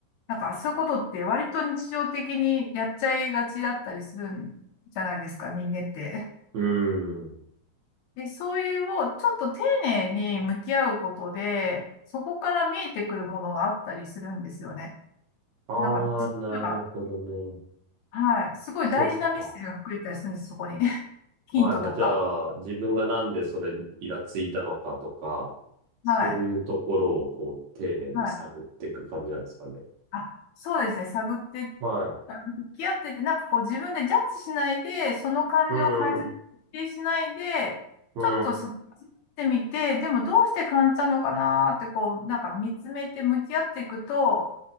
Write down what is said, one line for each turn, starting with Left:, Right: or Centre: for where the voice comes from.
Left: なんかそういうことって割と日常的にやっちゃいがちだったりするんじゃないですか、人間って。
Right: うん
Left: で、そういうをちょっと丁寧に向き合うことで、そこから見えてくるものがあったりするんですよね。
Right: ああ、
Left: なんか実は、
Right: なるほどね。
Left: はい、すごい大事なメッセージが隠れてたりするんです、
Right: そっか。
Left: そこに。ヒントとか。
Right: はいはい。じゃあ、自分がなんでそれにイラついたのかとか、そういうところをこう、
Left: はい。
Right: 丁寧に探っていく感じなんですかね。
Left: はい。あ、そうですね。探って、
Right: はい。
Left: あの向き合ってて、なんかこう自分でジャッジしないで、その感情を感じてしないで、
Right: うん、うん、
Left: ちょっとそ味わってみて、でもどうして感じたのかなーってこう、なんか見つめて向き合っていくと、